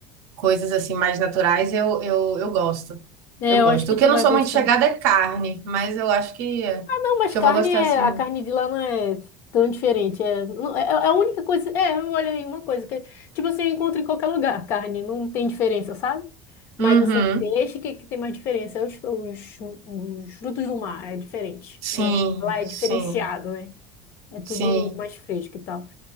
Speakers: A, on the right; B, on the left.
A: coisas assim mais naturais, eu, eu, eu gosto.
B: É,
A: Eu
B: eu
A: gosto.
B: acho que
A: O que
B: tu
A: eu
B: vai
A: não sou
B: gostar.
A: muito chegada é carne, mas eu acho que,
B: Não, mas
A: que
B: carne
A: eu vou gostar
B: é,
A: sim.
B: a carne de lá não é tão diferente. É, não- é, é a única coisa. É, olha aí uma coisa que tipo assim, eu encontro em qualquer lugar, carne, não tem diferença, sabe? Mas
A: Uhum.
B: assim, peixe que, que tem mais diferença, é os, os, os frutos do mar é diferente.
A: Sim,
B: É, lá é
A: sim,
B: diferenciado, né? É tudo
A: sim.
B: mais fresco e tal.